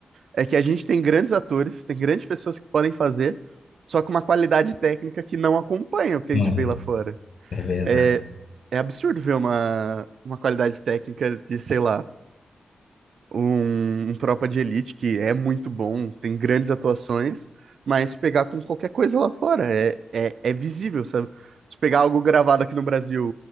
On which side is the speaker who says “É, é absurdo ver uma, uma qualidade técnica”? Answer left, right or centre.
Right